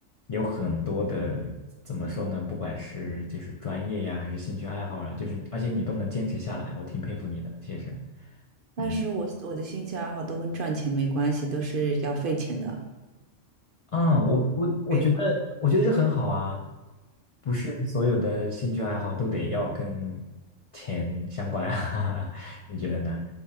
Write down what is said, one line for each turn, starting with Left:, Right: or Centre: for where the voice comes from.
Left: 有很多的，怎么说呢？不管是就是专业呀，还是兴趣爱好啊，就是而且你都能坚持下来，我挺佩服你的。其实，
Right: <laughs> 但是我我的兴趣爱好都跟赚钱没关系，
Left: 嗯，
Right: 都是要费钱的。
Left: 啊，我我我觉得我觉得这很好啊，
Right: 可以吗？
Left: 不是所有的兴趣爱好都得要跟钱相关啊，<laughs> 你觉得呢？